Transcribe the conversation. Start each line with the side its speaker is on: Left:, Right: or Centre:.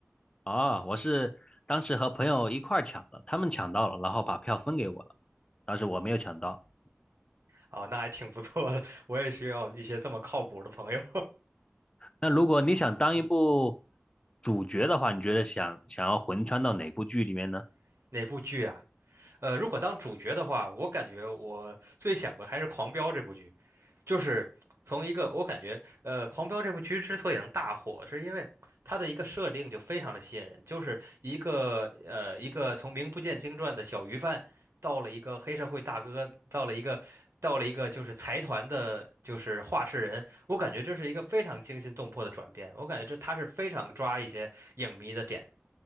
Left: 啊，我是当时和朋友一块儿抢的，他们抢到了，然后把票分给我了，当时我没有抢到。
Right: 啊，那还挺不错的。我也需要一些这么靠谱的朋友。
Left: 那如果你想当一部主角的话，你觉得想想要魂穿到哪部剧里面呢？
Right: <laughs> 哪部剧啊？呃，如果当主角的话，我感觉我最想的还是《狂飙》这部剧。就是从一个我感觉，呃，《狂飙》这部剧之所以能大火，是因为它的一个设定就非常的吸引人，就是一个呃一个从名不见经传的小鱼贩，到了一个黑社会大哥，到了一个到了一个就是财团的，就是话事人。我感觉这是一个非常惊心动魄的转变，我感觉这他是非常抓一些影迷的点。